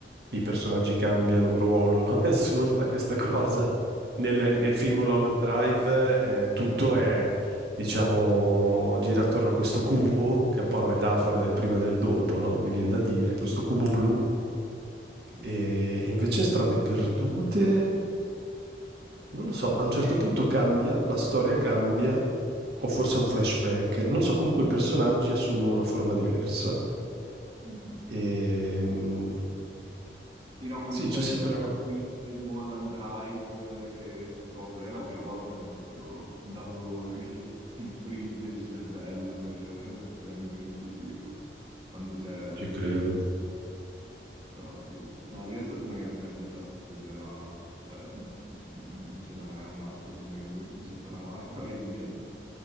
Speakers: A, on the right (about 70°); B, on the right (about 30°).
A: i personaggi cambiano ruolo, no? <laughs> È assurda questa cosa. Nel,
B: sì,
A: nel film Mulholland Drive eh, tutto è, diciamo, gira attorno a questo cubo, che è un po' la metafora del prima e del dopo, no? Mi viene da dire, questo cubo blu,
B: sì.
A: e invece in Strade Perdute... Non lo so, a un certo
B: Eh.
A: punto cambia, la storia cambia, o forse è un flashback, non so, comunque i personaggi assumono una forma diversa.
B: Mhm.
A: E, mm,
B: Sì, no, quando
A: sì,
B: c'è
A: c'è sempre
B: il plot
A: una...
B: twist in Mulholland Drive eh, che scopre, è la prima volta mi ha proprio dato <laughs> i- in freeze il cervello per eh, tre minuti, tipo, quando c'è il
A: Ci
B: mega...
A: credo.
B: colpo. Però sì, no, lui è stata una perdita assurda, era- cioè, mm, non ce n'è un altro come lui, non ci sarà mai <laughs> probabilmente.